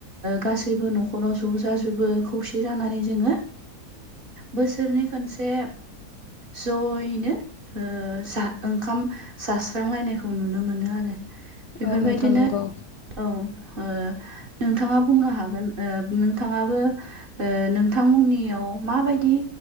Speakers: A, on the right; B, on the left.
A: गासैबो न'खराव ज' जाजोबो खौसे जाना माने जों बोसोरनि खनसे जयैनो ओ जा-ओंखाम जास्रांलायनायखौ नुनो मोनो आरो। बेफोरबायदिनो
B: औ नोंथां नंगौ।
A: औ ओ नोंथाङा बुंनो हागोन नोंथाङाबो नोंथांमोननियाव माबायदि